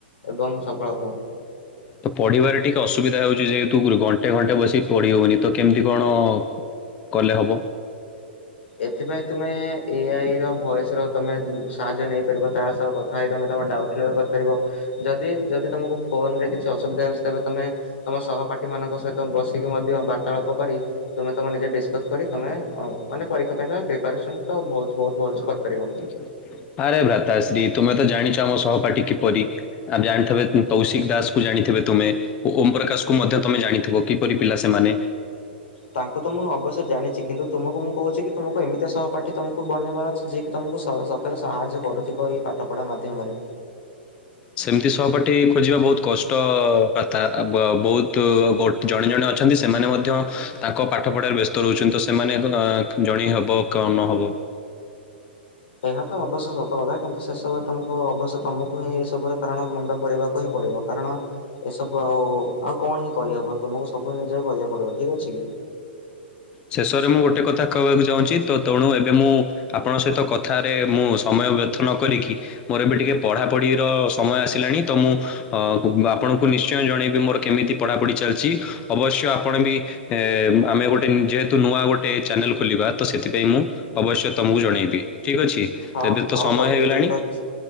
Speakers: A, on the left; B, on the left.
A: ଏବଂ ସଫଳ ହୁଅ।
B: ତ ପଢିବାରେ ଟିକେ ଅସୁବିଧା ହେଉଚି ଯେହେତୁ ଘଣ୍ଟେ ଘଣ୍ଟେ ବସିିକି ପଢି ହଉନି ତ କେମିତି କଣ କଲେ ହବ।
A: ଏଥିପାଇଁ ତୁମେ ଏ ଆଇ ର ଭୟସ ର ତମେ ସାହାଯ୍ୟ ନେଇପାରିବ ତା ସହ କ ଭାଇ ତମେ ତମ ଡାଉଟ୍ କ୍ଲିୟର କରିପାରିବ ଯଦି ଯଦି ତମକୁ ଫୋନ ରେ କିଛି ଅସୁବିଧା ହେଉଚି ତେବେ ତମେ ତମ ସହପାଠୀ ମାନଙ୍କ ସହିତ ବସିକି ମଧ୍ୟ ବାର୍ତ୍ତାଳାପ କରି ତୁମେ ତମେ ନିଜେ ଡିସ୍କସ୍ କରି ତମେ ଅ ମାନେ ପରୀକ୍ଷା ପାଇଁ ତମେ ପ୍ରିପାରେସନ ତ ବହୁ ବହୁତ ଭଲସ କରିପାରିବ।
B: <unintelligible> ଆରେ ଭ୍ରାତାଶ୍ରୀ ତୁମେ ତ ଜାଣିଚ ମୋ ସହପାଠୀ କିପରି? ଆଉ ଜାଣିଥିବେ ତୌଶିକ ଦାସ କୁ ଜାଣିଥିବେ ତମେ ଓମ୍ ପ୍ରକାଶକୁ ମଧ୍ୟ ତମେ ଜାଣିଥିବ କିପରି ପିଲା ସେମାନେ?
A: ତାଙ୍କୁ ତ ମୁଁ ଅବଶ୍ୟ ଜାଣିଚି କିନ୍ତୁ ତୁମକୁ ମୁଁ କହୁଚି କି ତୁମକୁ ଏମିତିଆ ସହ ପାଠି ତମକୁ ବନେଇବାର ଅଛି ଯିଏ କିି ତମକୁ ସ ସତରେ ସାହାଯ୍ୟ କରୁଥିବ ଏଇ ପାଠ ପଢା ମାଧ୍ୟମରେ।
B: ସେମିତି ସହପାଠୀ ଖୋଜିବା ବହୁତ୍ କଷ୍ଟ ପ୍ରଥା ବହୁତ୍ ଗୋ ଜଣେ ଜଣେ ଅଛନ୍ତି ସେମାନେ ମଧ୍ୟ ତାଙ୍କ ପାଠ ପଢ଼ାରେ ବ୍ୟସ୍ତ ରହୁଛନ୍ତି ତ ସେମାନେ ଅଁ ଜଣେଇ ହବ କଣ ନ ହବ
A: ଏହା ତ ଅବଶ୍ୟ ସତ କଥା କିନ୍ତୁ ସେ ସବ ତମକୁ ଅବଶ୍ୟ ତମକୁ ହିଁ ଏସବୁର କାରଣ ମୁଣ୍ଡ ପୁରେଇବାକୁ ହିଁ ପଡିବ। କାରଣ ଏସବୁ ଆଉ ଆଉ କଣ ହିଁ କରିହବ ତୁମକୁ ସବୁ ନିଜ କରିବାକୁ ପଡିବ ଠିକ୍ ଅଛି କି
B: ଶେଷରେ ମୁଁ ଗୋଟେ କଥା କହିବାକୁ ଚାହୁଁଛି ତ ତଣୁ ଏବେ ମୁଁ ଆପଣଙ୍କ ସହିତ କଥାରେ ମୁଁ ସମୟ ବ୍ୟର୍ଥ ନ କରିକି ମୋର ଏବେ ଟିକେ ପଢା ପଢିର ସମୟ ଆସିଲାଣି ତ ମୁଁ ଅ ଆପଣଙ୍କୁ ନି ଶ୍ଚୟ ଜଣେଇବି ମୋର କେମିତି ପଢାପଢି ଚାଲିଛି ଅବଶ୍ୟ ଆପଣ ବି ଏଁ ଆମେ ଗୋ ଯେହେତୁ ନୂଆ ଗୋଟେ ଚ୍ୟାନେଲ୍ ଖୋଲିବା ତ ସେଥିପାଇଁ ମୁଁ ଅବଶ୍ୟ ତମକୁ ଜଣେଇବି। ଠିକ୍ ଅଛି
A: ହଁ
B: ତେବେ ତ
A: ହଉ
B: ସମୟ
A: ହଉ
B: ହେଇଗଲାଣି
A: ଠିକ ଅଛି